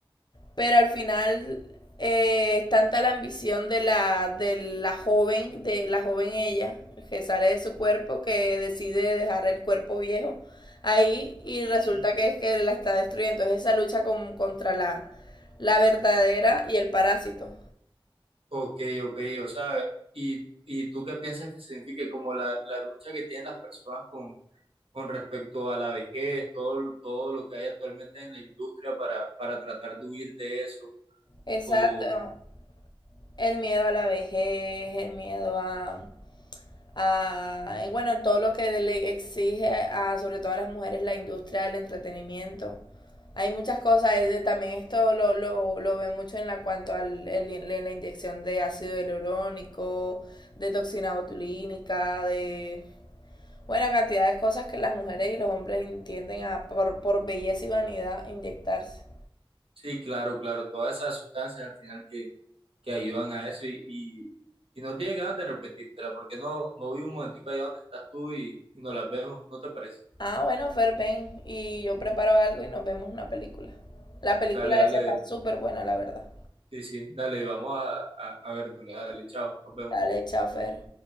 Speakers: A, on the left; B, on the right.
A: Pero al final eh, es tanta la ambición de la, de la joven, de la joven ella, que sale de su cuerpo, que decide dejar el cuerpo viejo ahí y resulta
B: Sí.
A: que es que la está destruyendo. Entonces esa lucha con, contra la, la verdadera y el parásito.
B: ok, ok, o sea, y, y tú qué piensas que signifique como la, la lucha que tienen las personas con, con respecto a la vejez, todo, todo lo que hay actualmente en la industria para, para tratar de huir de eso,
A: Exacto.
B: o,
A: El miedo a la vejez, el miedo a, a, bueno, todo lo que le exige a, sobre todo a las mujeres, la industria del entretenimiento. Hay muchas cosas, eh, también esto lo, lo, lo ve mucho en la cuanto al en la inyección de ácido hialurónico, de toxina botulínica, de bueno cantidad de cosas que las mujeres y los hombres tienden a por, por belleza y vanidad inyectarse.
B: sí, claro, claro, todas esas sustancias al final que ayudan a eso y, y, y no tiene ganas de repetírtela, porque no, no vi un momentico allá donde estás tú y, y nos las vemos, ¿no te parece?
A: Ah, bueno, Fer, ven y yo preparo algo y nos vemos una película. La película
B: Dale, dale,
A: esa está súper buena, la verdad.
B: sí, sí, dale, vamos a, a, a vernos, dale, chao, nos vemos.
A: Dale, chao, Fer.